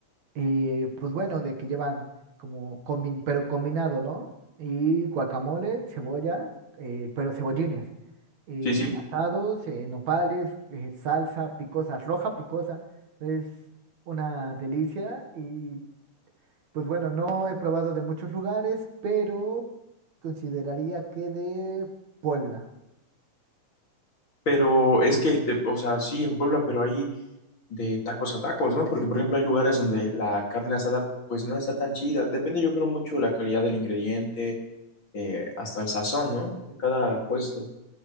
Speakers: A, on the right; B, on the left.
A: eh, pues bueno, de que llevan como, combi- pero combinado, ¿no? Y guacamole, cebolla, eh, pero cebollines, eh,
B: Sí, sí,
A: asados, eh, nopales, eh, salsa picosa, roja picosa, es una delicia y pues bueno, no he probado de muchos lugares, pero consideraría que de Puebla.
B: pero es que, de- o sea, sí, en Puebla, pero hay de tacos a tacos, ¿no? Porque, por ejemplo, hay lugares donde la carne asada, pues no está tan chida. Depende, yo creo, mucho de la calidad del ingrediente, eh, hasta el sazón, ¿no? De cada puesto.